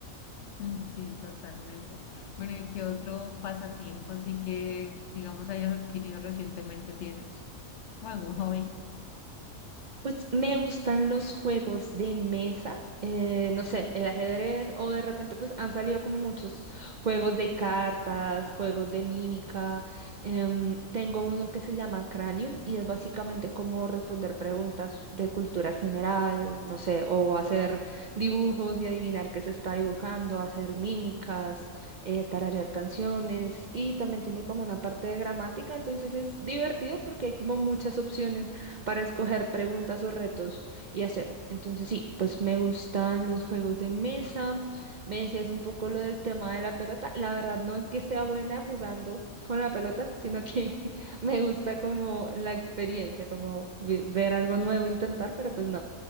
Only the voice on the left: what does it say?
Mm, Sí, totalmente. Bueno, ¿y qué otro pasatiempo así que, digamos, hayas adquirido recientemente tienes? ¿O algún hobby?